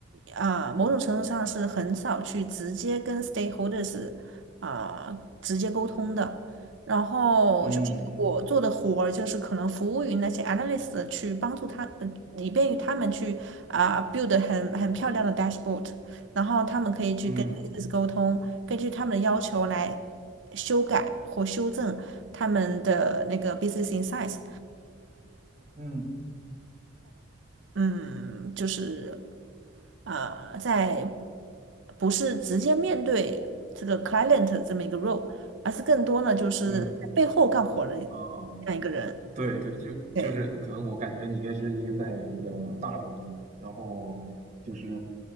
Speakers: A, on the right; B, on the right.
A: 啊、某种程度上是很少去直接跟 stakeholders 啊、直接沟通的。然后就是我做的活儿，
B: 嗯
A: 就是可能服务于那些 analyst 去帮助他，呃，以便于他们去啊、build 很很漂亮的 dashboard，然后他们可以去跟
B: 嗯
A: business 沟通，根据他们的要求来修改或修正他们的那个 business insights。
B: 嗯
A: 嗯，就是啊，在不是直接面对这个 client 这么一个 role，而是更多呢就是在背后干活的这
B: 嗯嗯，哦。
A: 样一个人。
B: 对对，就就是可能我感觉你应该是一个在一个大公司，
A: 对，
B: 然后就是